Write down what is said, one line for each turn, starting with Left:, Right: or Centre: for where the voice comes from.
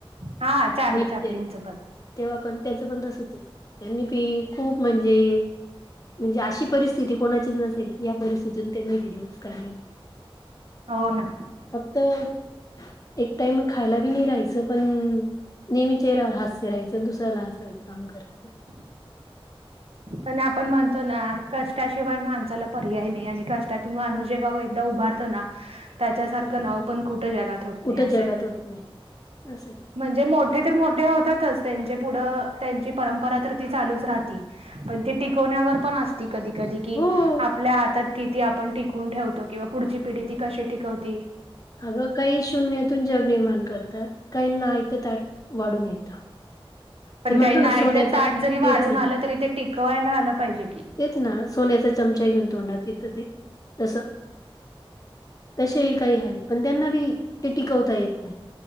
Right: हा चारली
Left: मी
Right: चापलींचं
Left: ते
Right: पण
Left: तेव्हा पण त्याचं पण तसच त्यांनी पी खूप म्हणजे म्हणजे अशी परिस्थिती कोणाचीच नसेल या परिस्थितीतून त्यांनी बिडिवस काढलेली
Right: हो ना
Left: तर एक टाइम खायला बी नाही राहायचं पण नेहमी चेहऱ्यावर हास्य राहायचं दुसऱ्याला हसायचं काम करतेय.
Right: ह.... पण आपण म्हणतो ना कष्टाशिवाय माणसाला पर्याय नाही आणि कष्टातून माणूस जेव्हा एकदा उभार.... उभारतो त्याच्यासारखं नाव पण कुठ जगात होत
Left: कुठं
Right: नाही अस
Left: जगात
Right: आहे.....
Left: होत नाही असंय
Right: म्हणजे मोठे तर मोठे होतातच त्यांचे पुढं त्यांची परंपरा तर ती चालूच राहते. ती पण ती टिकवण्यावर पण असती कधी कधी कि
Left: हो.
Right: आपल्या हातात किती आपण टिकून ठेवतो किंवा पुढची पिढी ती कशी टिकवते.
Left: अगं काही शून्यातून जग निर्माण करतात काहीना आयत ताट वाढून येतं.
Right: पण
Left: ते म्हणतो
Right: काहीना
Left: ना
Right: आयत
Left: सोन्याचा
Right: ताट जरी वाढून
Left: तेच ना
Right: आलं तरी ते टिकवायला आलं पाहिजे की
Left: तेच ना सोन्याचा चमचा घेऊन तोंडात येत तसं तसेही काही आहेत पण त्यांना बी ते टिकवता येत नाही.